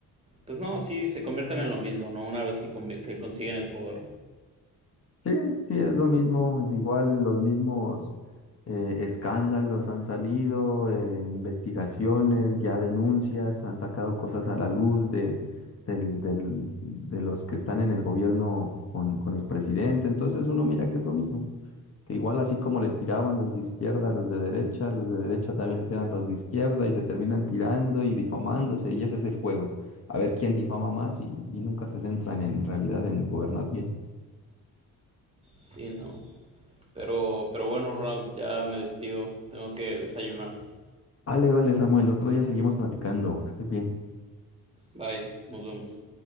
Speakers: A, on the right (about 15°); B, on the left (about 40°).
A: pues no, sí, se convierten en lo mismo, ¿no? Una vez que, convi- que consiguen el poder.
B: Sí, sí, es lo mismo, es igual los mismos eh, escándalos han salido, eh, investigaciones, ya denuncias, han sacado cosas a la luz de, del- del- de los que están en el gobierno con, con el presidente. Entonces uno mira que es lo mismo, que igual así como le tiraban los de izquierda a los de derecha, los de derecha también le tiran los de izquierda y se terminan tirando y difamándose y ese es el juego. A ver quién difama más y, y nunca se centran en realidad en gobernar bien.
A: Sí, no. Pero, pero bueno, Ronald, ya me despido. Tengo que desayunar.
B: Vale, vale, Samuel, otro día seguimos platicando. Que estés bien.
A: Bye, nos vemos.